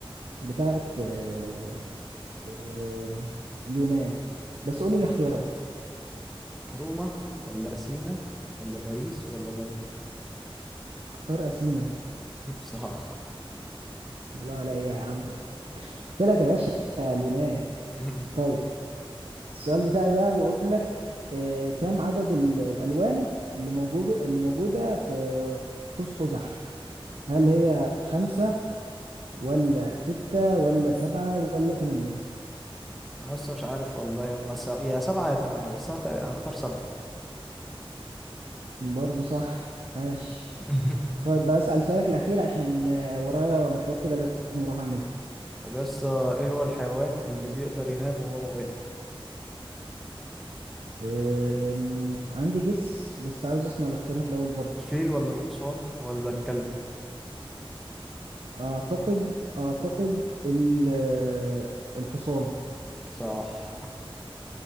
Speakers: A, on the right; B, in the centre.
A: بتاعت آه، آه، اليونان بس قولي الاختيارات
B: روما ولا اثينا ولا باريس ولا لندن
A: اختار أثينا
B: <laughs> صح
A: الله عليا يا عم قلت لك يا باشا اليونان
B: <laughs>
A: طيب السؤال بتاعي بقى بيقول لك آه، كم عدد ال- الألوان اللي موجودة اللي موجودة في قوس قزح هل هي خمسة ولا ستة ولا سبعة ولا تمانية
B: انا لسه مش عارف والله هما س... يا سبعة يا تمانية بس انا تق- هختار سبعة
A: برضو صح ماشي
B: <laughs>
A: طيب بسأل سؤالك الأخير عشان آه، ورايا مشوار كده لازم أروح أعمله
B: طب يا اسطى ايه هو الحيوان اللي بيقدر ينام وهو واقف
A: أم، عندي جس بس عاوز أسمع الاختيارات الأول برضو
B: الفيل ولا الحصان ولا الكلب
A: أعتقد أعتقد ال- آه، الحصان
B: صح